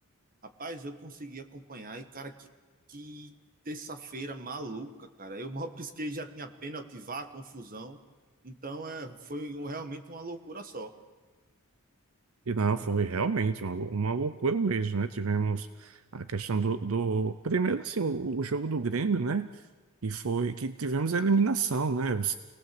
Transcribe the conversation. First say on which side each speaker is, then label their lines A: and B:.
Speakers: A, on the right; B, on the right.
A: Rapaz, eu consegui acompanhar e, cara, que, que terça-feira maluca, cara. Eu mal <laughs> pisquei, já tinha pênalti, vá, confusão. Então, é, foi um- realmente uma loucura só.
B: E não, foi realmente uma, lou- uma loucura mesmo, né? Tivemos a questão do, do- primeiro assim, o, o jogo do Grêmio, né? E foi que tivemos a eliminação, né?